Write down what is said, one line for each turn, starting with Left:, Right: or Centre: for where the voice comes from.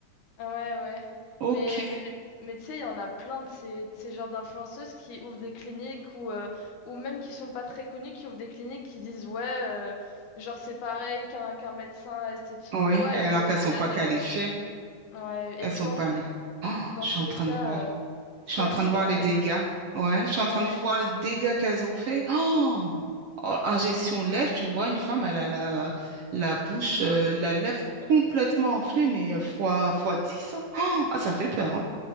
Left: ah ouais, ouais.
Right: Ok.
Left: Mais mais mais tu sais, il y en a plein de ces de ces genres d'influenceuses qui ouvrent des cliniques ou euh, ou même qui sont pas très connues, qui ouvrent des cliniques qui disent ouais, euh, genre c'est pareil qu'un qu'un médecin esthétique
Right: Oui,
Left: ou quoi
Right: alors
Left: et qui
Right: qu'elles
Left: au final
Right: sont pas qualifiées.
Left: euh, Ouais,
Right: Elles
Left: et puis
Right: sont
Left: dans
Right: pas
Left: tout-
Right: là. Ah,
Left: Dans
Right: je
Left: tous
Right: suis en
Left: les
Right: train
Left: cas,
Right: de voir.
Left: euh, ça
Right: Je suis en train
Left: migre
Right: de voir
Left: en
Right: les
Left: fait.
Right: dégâts. Ouais, je suis
Left: Ouais.
Right: en train de voir les dégâts qu'elles ont fait. Oh! en en gestion lèvres, tu vois, une femme, elle a la, la bouche, euh, la lèvre complètement enflée, mais euh, fois, fois dix, hein. Oh, ah, ça fait peur, hein.